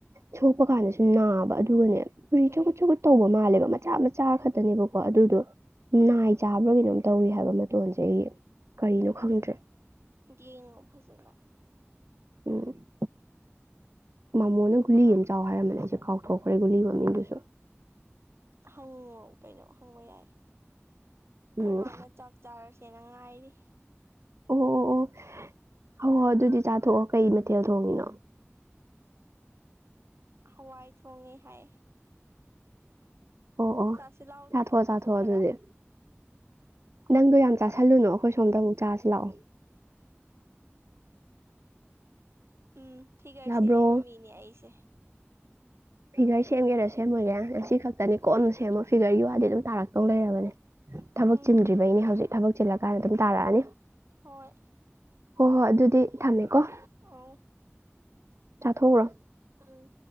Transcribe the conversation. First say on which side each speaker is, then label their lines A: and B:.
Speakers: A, on the right; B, on the right.
A: ꯁꯣꯛꯄ ꯀꯥꯟꯗꯁꯨ ꯅꯥꯕ ꯑꯗꯨꯒꯅꯦ ꯄꯨꯔꯤ
B: ꯎꯝ
A: ꯁꯧꯒꯨꯠ ꯁꯧꯒꯨꯠ ꯇꯧꯕ ꯃꯥꯜꯂꯦꯕ ꯃꯆꯥ ꯃꯆꯥ ꯈꯛꯇꯅꯦꯕꯀꯣ ꯑꯗꯨꯗꯣ ꯅꯥꯏ ꯆꯥꯕ꯭ꯔꯥ ꯀꯩꯅꯣꯝ ꯇꯧꯏ ꯍꯥꯏꯕ ꯃꯇꯣꯟꯁꯦ ꯑꯩꯒꯤ ꯀꯔꯤꯅꯣ ꯈꯪꯗ꯭ꯔꯦ
B: ꯌꯦꯡꯉꯨ ꯐꯖꯅ
A: ꯎꯝ ꯃꯃꯣꯅ ꯒꯨꯂꯤ ꯑꯃ ꯆꯥꯎ ꯍꯥꯏꯔꯝꯕꯅꯦ ꯑꯩꯁꯨꯦ ꯀꯥꯎꯊꯣꯛꯈ꯭ꯔꯦ ꯒꯨꯂꯤ ꯃꯃꯤꯡꯗꯨꯁꯨ
B: ꯍꯪꯉꯣ ꯀꯩꯅꯣ ꯍꯪꯕ ꯌꯥꯏ ꯑꯩꯈꯣꯏ
A: ꯎꯝ
B: ꯃꯥꯅ ꯆꯥꯛ ꯇꯥꯔꯁꯤ ꯁꯦꯅꯉꯥꯏꯔꯤ
A: ꯑꯣ ꯑꯣ ꯑꯣ ꯍ ꯍꯣꯏ ꯑꯗꯨꯗꯤ ꯆꯥꯊꯣꯛꯑꯣ ꯀꯩ ꯃꯊꯦꯜ ꯊꯣꯡꯉꯤꯅꯣ
B: ꯍꯋꯥꯏ ꯊꯣꯡꯉꯦ ꯍꯥꯏ
A: ꯑꯣ ꯑꯣ
B: ꯆꯁꯤ ꯂꯑꯣꯗꯅꯦ
A: ꯆꯥꯊꯣꯛꯑꯣ
B: ꯅꯪꯁꯨꯨ
A: ꯆꯥꯊꯣꯛꯑꯣ
B: ꯈꯔ
A: ꯑꯗꯨꯗꯤ ꯅꯪꯗꯣ ꯌꯥꯝ ꯆꯥꯥꯁꯜꯂꯨꯅꯨ ꯑꯩꯈꯣꯏ ꯁꯣꯝꯗ ꯑꯃꯨꯛ ꯆꯁꯤ ꯂꯥꯛꯑꯣ
B: ꯎꯝ ꯐꯤꯒꯔ
A: ꯌꯥꯕ꯭ꯔꯣ
B: ꯁꯦꯝꯃꯤꯕ ꯃꯤꯅꯦ ꯑꯩꯁꯦ
A: ꯐꯤꯒꯔ ꯁꯦꯝꯒꯦꯔꯥ ꯁꯦꯝꯃꯣꯏꯔꯦ ꯉ ꯑꯁꯤ ꯈꯛꯇꯅꯤ ꯀꯣꯟꯅ ꯁꯦꯝꯃꯣ ꯐꯤꯒꯔꯒꯤ ꯋꯥꯗꯤ ꯑꯗꯨꯝ ꯇꯥꯔꯛꯇꯧ ꯂꯩꯔꯕꯅꯦ ꯊꯕꯛ
B: ꯎꯝ
A: ꯆꯤꯟꯗ꯭ꯔꯤꯕꯩꯅꯦ ꯍꯧꯖꯤꯛ ꯊꯕꯛ ꯆꯤꯜꯂꯀꯥꯟꯗ ꯑꯗꯨꯝ ꯇꯥꯔꯛꯑꯅꯤ
B: ꯍꯣꯏꯣꯏ
A: ꯍꯣꯏ ꯍꯣꯏ ꯑꯗꯨꯗꯤ ꯊꯝꯃꯦꯀꯣ
B: ꯑ
A: ꯆꯥꯊꯣꯛꯎꯈ꯭ꯔꯣ
B: ꯑꯝ